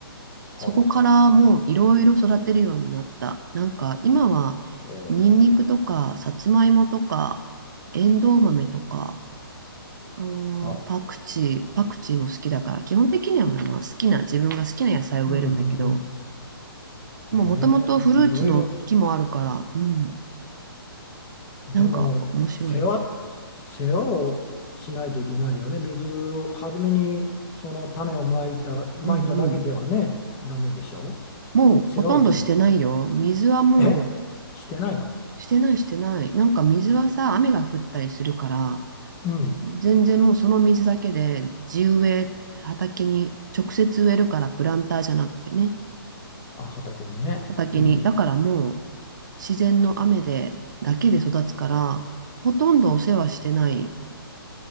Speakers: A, on the left; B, on the right.
A: はあはあは
B: そこからもういろいろ育てるようになった。
A: あ。
B: なんか今は、
A: ええ
B: ニンニクとか、さつまいもとか、エンドウ豆とか、あーパクチー、
A: あ、
B: パクチーも好きだから、基本的にはまあ好きな、
A: あ
B: 自分が好きな野菜を植えるんだけど、
A: うん、うん、うん。えー、
B: ももともとフルーツの木もあるから、
A: いろいろ。
B: うん、
A: でも、
B: なんか面白い。
A: 世話、世話をしないといけないよね。水を、初めにその種をまいた、まいただけではね、
B: うんうん。
A: ダメでしょ。
B: もうほとんどしてないよ。
A: 世話をしないといけない。
B: 水はもう、
A: えしてないの
B: してないしてない。なんか水はさ、雨が降ったりするから、
A: うん。
B: 全然もうその水だけで地植え、畑に直接植えるからプランターじゃなくてね、
A: あ、畑にね。
B: 畑に。
A: うん。
B: だからもう自然の雨で、だけで育つから、ほとんどお世話してない。